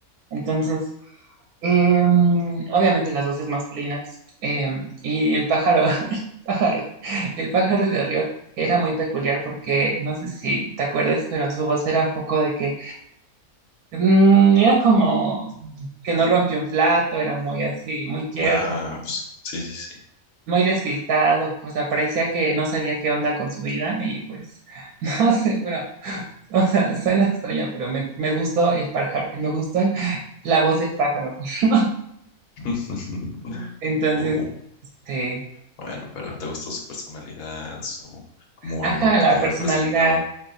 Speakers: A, on the right; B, on the left.
A: Entonces, Eh, obviamente las voces masculinas. eh, y el pájaro, <laughs> pájaro, el pájaro de Riot era muy peculiar porque, no sé si te acuerdas, pero su voz era un poco de que mm, era como que no rompió un plato, era muy así, muy tierno,
B: Ajá, pues, sí, sí,
A: muy despistado, pues parecía que no sabía qué onda con su vida y pues, <laughs> no sé, pero, o sea, suena extraño, pero me, me gustó el pájaro, me gustó el- la voz del pájaro. <laughs>
B: sí. <laughs>
A: Entonces,
B: Uh.
A: este,
B: Bueno, pero te gustó su personalidad, su, como
A: Ajá,
B: lo que
A: la personalidad.
B: representaba.